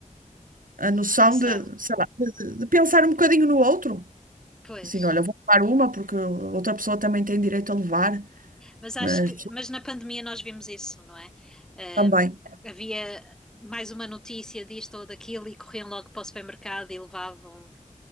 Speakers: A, on the right; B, in the centre.
A: a noção
B: A Sela,
A: de, sei lá, de, de- de pensar um bocadinho no outro.
B: pois.
A: Assim, olha, vou levar uma porque outra pessoa também tem direito a levar,
B: Mas acho
A: mas
B: que,
A: as pessoas
B: mas na pandemia nós vimos isso, não é? Ahm,
A: também.
B: havia mais uma notícia disto ou daquilo e corriam logo para o supermercado e levavam.